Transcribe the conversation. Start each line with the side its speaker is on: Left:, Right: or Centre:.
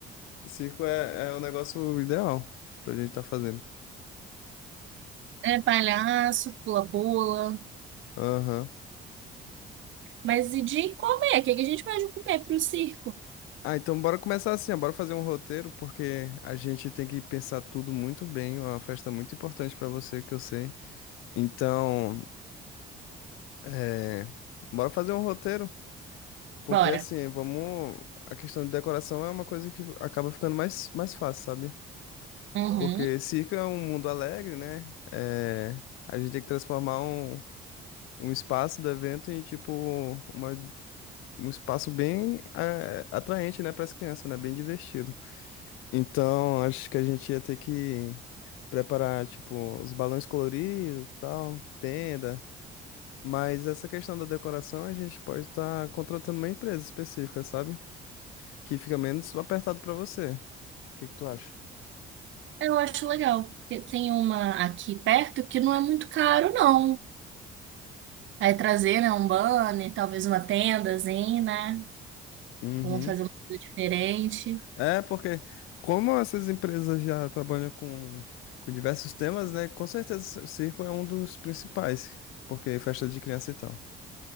Left: Circo é, é o negócio ideal pra gente tá fazendo.
Right: É palhaço, pula-pula.
Left: Aham.
Right: Mas e de comer? O que que a gente pode comer para o circo?
Left: Ah, então bora começar assim, ó, bora fazer um roteiro, porque a gente tem que pensar tudo muito bem, é uma festa muito importante pra você, que eu sei. Então, é, bora fazer um roteiro, porque
Right: Bora.
Left: assim, vamos... A questão de decoração é uma coisa que acaba ficando mais, mais fácil, sabe?
Right: Uhum.
Left: Porque circo é um mundo alegre, né? É, A gente tem que transformar um, um espaço do evento em, tipo, uma um espaço bem eh, atraente, né, para as crianças, né, bem divertido. Então, acho que a gente ia ter que preparar, tipo, os balões coloridos, e tal, tenda, mas essa questão da decoração a gente pode estar contratando uma empresa específica, sabe? Que fica menos apertado para você. O que que tu acha?
Right: Eu acho legal, porque tem uma aqui perto que não é muito caro, não. Aí trazer, né, um banner, talvez uma tendazinha, né?
Left: Uhum.
Right: Vamos fazer uma coisa diferente.
Left: É, porque como essas empresas já trabalham com, com diversos temas, né, com certeza o circo é um dos principais, porque é festa de criança e tal.